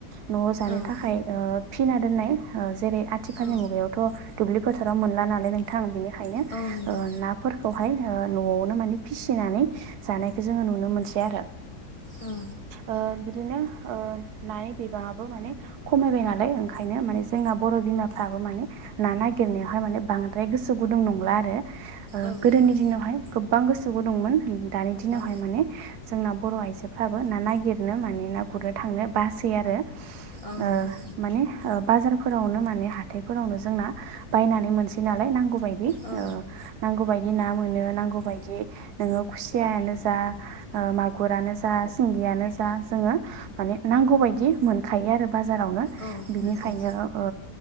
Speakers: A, on the right; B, on the left.
A: न'आव जानो
B: औ औ
A: थाखाय ओ फिना दोननाय ओ जेरै आथिखालनि
B: औ
A: मुगायावथ' दुब्लि फोथाराव मोनला नालाय नोंथां बेनिखायनो
B: औ नंगौ
A: ओ नाफोर खौहाय न'आवनो माने फिसिनानै जानायखौ जोङो नुनो मोनसै आरो।
B: औ
A: आ बिद बिदिनो ओ नानि बिबाङाबबो माने खमायबाय नालाय ओंखायनो माने जोंना बर' बिमाफ्राबो माने ना नागिरनायावहाय माने बांद्राय गोसो गुदुं नंला आरो।
B: औ
A: गोदोनि
B: नंगौ
A: दिनावहाय गोबां गोसो गुदंमोन दानि दिनावहाय
B: औ
A: माने। जोंना बर' आइजोफ्राबो ना नागिरनो माने ना गुरनो थांनो बासै आरो।
B: औ
A: ओ
B: नंगौ
A: माने ओ बाजारफोरावनो माने हाथायफोरावनो जोंना बायनानै मोनसै नालाय नांगौ बायदि
B: औ
A: नांगौ बायदि ना मोनो नांगौ बायदि नोङो खुसियानो जा मागुरानो जा सिंगियानो जा जोङो माने म नांगौ बदि मोनखायो आरो बाजारावनो
B: औ नंगौ
A: बिनिखायनो ओ